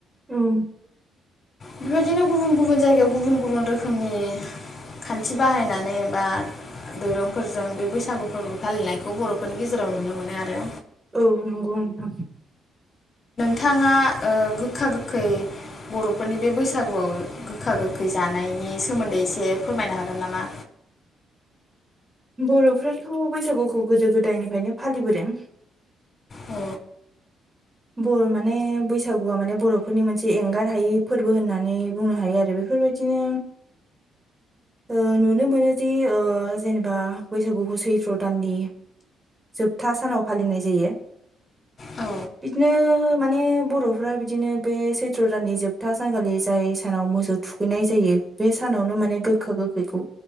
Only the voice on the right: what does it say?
ओम
औ नंगौ नोंथां
बरफ्राथ' बैसागुखौ गोदो गोदायनिफ्रायनो फालिबोदों
बर' माने बैसागुआ माने बर'फोरनि मोनसे एंगार हायि फोरबो होननानै बुंनो हायो आरो बेफोरबायदिनो ओ नुनो मोनोदि ओ जेनेबा बैसागुखौ सैथ्र' दाननि जोबथा सानाव फालिनाय जायो
बिदिनो माने बर'फोरा बिदिनो बे सैथ्र' दाननि जोबथा सानखालि जाय सानाव मोसौ थुखैनाय जायो बे सानावनो माने गोखा गोखैखौ